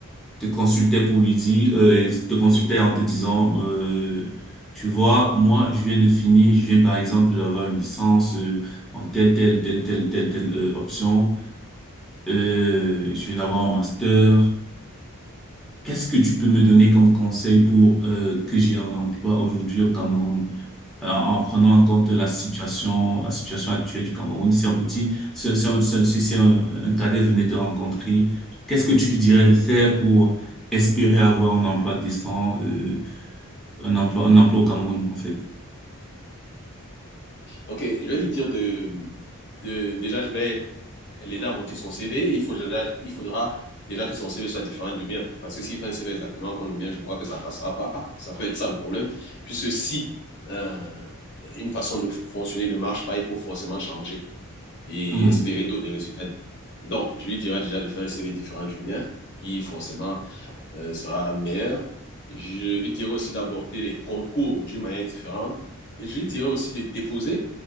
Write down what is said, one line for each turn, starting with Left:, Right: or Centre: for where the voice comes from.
Centre: te consultait pour lui dire, euh, te consultait en te disant, euh, tu vois, moi je viens de finir, je viens par exemple d'avoir une licence euh, en telle telle telle telle telle telle euh, option, euh, je viens d'avoir un master. Qu'est-ce que tu peux me donner comme conseil pour euh, que j'ai un emploi aujourd'hui au Cameroun? euh, en prenant en compte la situation, la situation actuelle du Cameroun. Si un petit, si, si un, si- si si un- un cadet venait te rencontrer, qu'est-ce que tu lui dirais de faire pour espérer avoir un emploi décent, euh, un emploi, un emploi au Cameroun, en fait?
Left: Ok, je vais lui dire de, de déjà, je vais l'aider à monter son CV. Il faudra, il faudra déjà que son CV soit différent du mien, parce que s'il fait un CV exactement comme le mien, je crois que ça ne passera pas. Ça peut être ça le problème. Puisque si euh, une façon de fonctionner ne marche pas, il faut forcément changer. et
Centre: Mhm.
Left: espérer d'autres résultats. Donc, je lui dirai déjà de faire un CV différent du mien, qui forcément euh, sera meilleur. Je lui dirai aussi d'aborder les concours d'une manière différente. Et je lui dirai aussi de déposer